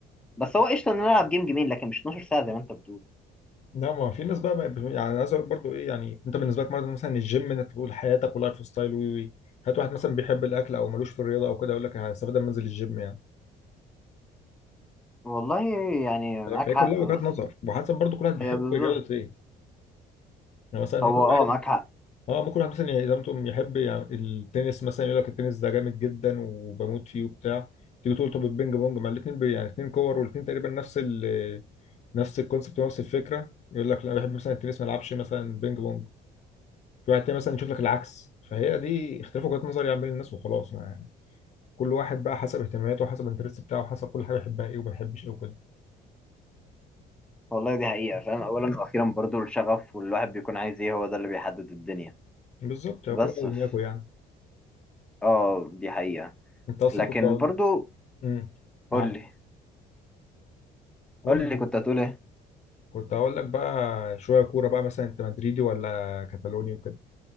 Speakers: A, in the centre; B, on the left.
A: بس هو قشطة إن أنا ألعب جيم جيمين لكن مش 12 ساعة زي ما أنت بتقول
B: لا ما في ناس بقى ما يب- يعني انا عايز اقول برضه ايه يعني انت بالنسبة لك مرض مثلا الجيم انك تقول حياتك ولايف ستايل وي وي هات واحد مثلا بيحب الاكل او ملوش في الرياضة او كده يقول لك هستفاد لما انزل الجيم يعني
A: والله يعني
B: فاهم
A: معاك
B: فهي
A: حق
B: كلها وجهات
A: بس
B: نظر وحسب برضه كل واحد
A: هي
B: بيحب
A: بالظبط
B: رياضة ايه يعني مثلا ممكن
A: هو أه
B: واحد
A: معاك حق
B: اه ممكن واحد مثلا يعني زي ما انتم يحب يعني التنس مثلا يقول لك التنس ده جامد جدا وبموت فيه وبتاع تيجي تقول طب البينج بونج مع الاثنين يعني اثنين كور والاثنين تقريبا نفس ال نفس الكونسبت ونفس الفكره يقول لك لا أنا بحب مثلا التنس ما العبش مثلا بينج بونج في واحد تاني مثلا يشوف لك العكس فهي دي اختلاف وجهات نظر يعني بين الناس وخلاص ما يعني كل واحد بقى حسب اهتماماته وحسب الانترست بتاعه وحسب كل حاجه يحبها ايه وما يحبش ايه وكده
A: والله دي حقيقة فاهم أولا وأخيرا برضو الشغف والواحد بيكون عايز إيه هو ده اللي بيحدد الدنيا
B: بالظبط هو
A: بس
B: كل واحد
A: ف...
B: ودماغه يعني
A: آه دي حقيقة
B: انت اصلا
A: لكن
B: كنت هقول-
A: برضو
B: امم معاك
A: قول لي
B: قول
A: قول لي كنت هتقول إيه
B: كنت هقول لك بقى شويه كوره بقى مثلا انت مدريدي ولا كتالوني وكده